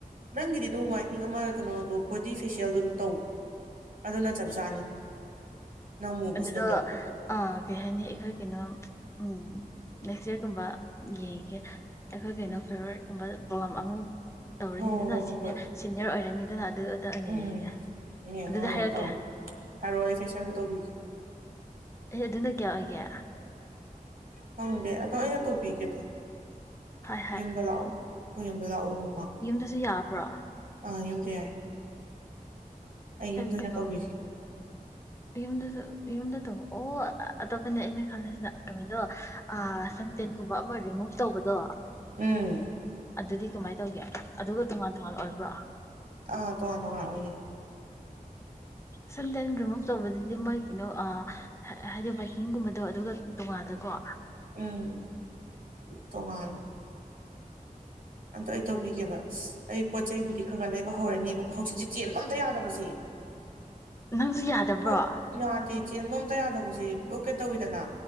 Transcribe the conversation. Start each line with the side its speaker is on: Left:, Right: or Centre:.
Right: ꯅꯪꯒꯤꯗꯤ ꯑꯗꯨꯝ ꯋꯥꯏꯠꯅꯤꯡ ꯑꯃ ꯀꯩꯅꯣꯗꯣ ꯕꯣꯗꯤ ꯐꯦꯁꯤꯌꯦꯜꯗꯣ ꯑꯗꯨꯝ ꯇꯧꯕ ꯑꯗꯨꯅ ꯆꯞ ꯆꯥꯅꯤ ꯅꯪ ꯃꯨꯕꯁꯨ
Left: ꯑꯗꯨꯗꯣ
Right: ꯅꯠꯇꯕꯗꯨꯕꯨ
Left: ꯑ ꯀꯩ ꯍꯥꯏꯅꯤ ꯑꯩꯈꯣꯏꯒꯤꯅꯣ ꯎꯝ ꯅꯦꯛꯁ ꯏꯌ꯭ꯥꯔꯒꯨꯝꯕ ꯌꯦꯡꯉꯒꯦ ꯑꯩꯈꯣꯏ ꯀꯩꯅꯣ
Right: ꯎꯝ
Left: ꯐꯦꯚꯣꯔꯥꯏꯠꯀꯨꯝꯕ ꯑ ꯑꯃ ꯇꯧꯔꯅꯤꯗꯅ
Right: ꯍꯣꯏ ꯍꯣꯏ
Left: ꯁꯤꯅꯤꯌꯔ
Right: ꯍꯣꯏ ꯍꯣꯏ
Left: ꯁꯤꯅꯤꯌꯔ ꯑꯣꯏꯔꯅꯤꯗꯅ ꯑꯗꯨꯗꯨꯗ ꯑꯣꯏꯅ
Right: ꯎꯝ
Left: ꯌꯦꯡꯉꯦ
Right: ꯌꯦꯡꯉꯣ
Left: ꯑꯗꯨꯗ
Right: ꯌꯦꯡꯉꯣ
Left: ꯍꯥꯏꯔꯛꯀꯦ
Right: ꯇꯧ ꯍꯥꯏꯔꯛꯑꯣ ꯑꯩ ꯐꯦꯁꯤꯌꯦꯜꯗꯣ ꯇꯧꯕꯤꯒꯦ
Left: ꯑꯦ ꯑꯗꯨꯅ ꯀꯌꯥ ꯑꯣꯏꯒꯦ
Right: ꯈꯪꯗꯦ ꯑꯗꯣ ꯑꯩꯅ ꯇꯧꯕꯤꯒꯦꯗ
Left: ꯍꯣꯏ ꯍꯣꯏ
Right: ꯌꯨꯝꯗ ꯂꯥꯛ ꯑꯣ ꯑꯩꯈꯣꯏ ꯌꯨꯝꯗ ꯂꯥꯛꯑꯣꯅꯦ
Left: ꯌꯨꯝꯗꯁꯨ ꯌꯥꯕ꯭ꯔꯥ
Right: ꯑꯥ ꯌꯨꯝꯗ ꯌꯥꯏ ꯑꯩ ꯌꯨꯝꯗ ꯑꯣꯏꯅ
Left: ꯀꯩꯅꯣ
Right: ꯇꯧꯕꯤꯒꯦ
Left: ꯌꯨꯝꯗ ꯌꯨꯝꯗ ꯇꯧꯕꯣ ꯑꯣ ꯑꯇꯣꯞꯄꯅꯦ ꯑꯩꯅ ꯈꯜꯂꯤꯁꯤꯅ ꯀꯃꯤꯗꯣ ꯁꯟꯇꯦꯟꯀꯨꯝꯕ ꯑꯃ ꯔꯤꯃꯨꯚ ꯇꯧꯕꯗꯣ
Right: ꯎꯝ
Left: ꯑꯗꯨꯗꯤ ꯀꯃꯥꯏꯅ ꯇꯧꯒꯦ ꯑꯗꯨꯒ ꯇꯣꯉꯥꯟ ꯇꯣꯉꯥꯟ ꯑꯣꯏꯕ꯭ꯔꯣ
Right: ꯑꯥ ꯇꯣꯉꯥꯟ ꯇꯣꯉꯥꯟ ꯑꯣꯏꯒꯦ
Left: ꯁꯝꯗꯦꯟ ꯔꯤꯃꯨꯐ ꯇꯧꯕꯗꯗꯤ ꯃꯣꯏ ꯀꯩꯅꯣ ꯍꯥꯏꯗꯤ ꯕꯥꯏꯛꯀꯤꯡꯒꯨꯝꯕꯗꯣ ꯑꯗꯨꯒ ꯇꯣꯡꯉꯥꯜꯂꯀꯣ
Right: ꯎꯝ ꯇꯣ ꯉꯥꯜꯂꯦ ꯑꯝꯇ ꯑꯩ ꯇꯧꯕꯤꯒꯦꯕ ꯑꯩ ꯄꯣꯠ ꯆꯩꯕꯨꯗꯤ ꯈꯔ ꯈꯔ ꯂꯩꯕ ꯍꯧꯔꯅꯤꯕ ꯍꯧꯖꯤꯛꯁꯦ ꯆꯦꯟꯕ ꯑꯝꯇ ꯌꯥꯗꯕꯁꯦ
Left: ꯅꯪꯁꯨ ꯌꯥꯗꯕ꯭ꯔꯣ
Right: ꯄꯣꯠ ꯌꯥꯗꯦ ꯆꯦꯟꯕ ꯑꯥꯝꯇ ꯌꯥꯗꯕꯁꯦ ꯕ꯭ꯂꯣꯀꯦꯠ ꯇꯧꯋꯤꯗꯅ